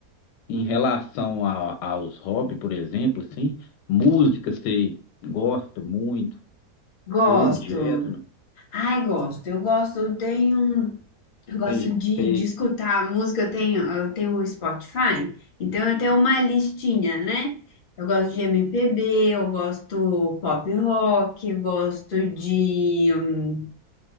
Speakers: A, on the left; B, on the left.
A: em relação a- aos hobbies, por exemplo, assim, música você gosta muito,
B: Gosto.
A: ouve direto, não?
B: Ai, gosto. Eu gosto, eu tenho. um, Eu gosto
A: Tem-
B: de,
A: tem-
B: de escutar a música, eu tenho, eu tenho o Spotify, então eu tenho uma listinha, né? Eu gosto de MPB, eu gosto pop rock, eu gosto de hum,